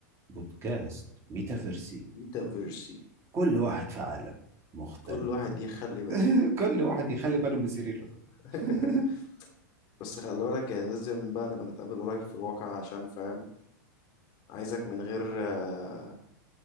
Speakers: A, on the right; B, on the left.
A: بودكاست ميتافيرسي
B: ميتافيرسي
A: كل واحد في عالم مختلف
B: كل واحد يخلي باله
A: <laughs> كل واحد يخلي باله من سريره
B: <laughs>
A: <laughs>
B: بس خلي بالك يعني لازم بقى نبقى نتقابل قريب في الواقع عشان فاهم عايزك من غير آه،